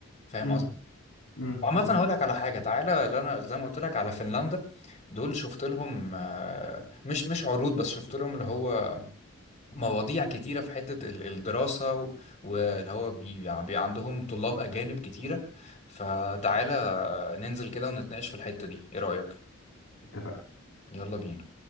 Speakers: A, on the left (about 35°); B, on the left (about 75°).
A: فاهم
B: امم
A: قصدي
B: امم
A: وعامة
B: امم
A: هقول لك على حاجة تعالى اللي انا زي ما قلت لك على فنلندا دول شفت لهم آه، مش مش عروض بس شفت لهم اللي هو مواضيع كتيرة في حتة ال- الدراسة و- واللي هو بي يعني بي- عندهم طلاب أجانب كتيرة فتعالى ننزل كده ونتناقش في الحتة دي ايه رأيك؟
B: اتفق
A: يلا بينا